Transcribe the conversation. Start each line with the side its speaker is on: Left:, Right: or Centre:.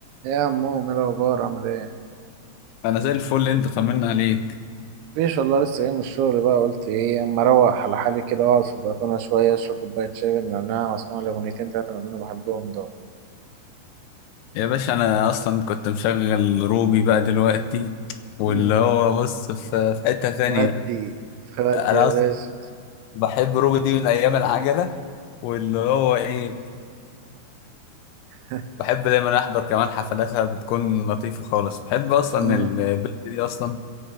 Right: إيه يا عمو ايه الاخبار عامل ايه
Left: انا زي الفل اللي انت طمنا عليك
Right: مفيش والله لسه جاي من الشغل بقى قلت ايه اما اروح على حالي كده واقعد في البلكونه شويه اشرب كوبايه شاي بالنعناع واسمع لي اغنيتين تلاته من اللي انا بحبهم دول
Left: يا باشا انا اصلا كنت مشغل روبي بقى دلوقتي واللي
Right: مم.
Left: هو بص في في حتة ثانية
Right: ودي ودي
Left: انا
Right: يا
Left: اصلا
Right: باشا
Left: بحب روبي دي من ايام العجلة واللي هو ايه
Right: <laughs>
Left: بحب دايما احضر كمان حفلاتها بتكون لطيفة خالص بحب اصلا
Right: مم.
Left: البنت دي اصلا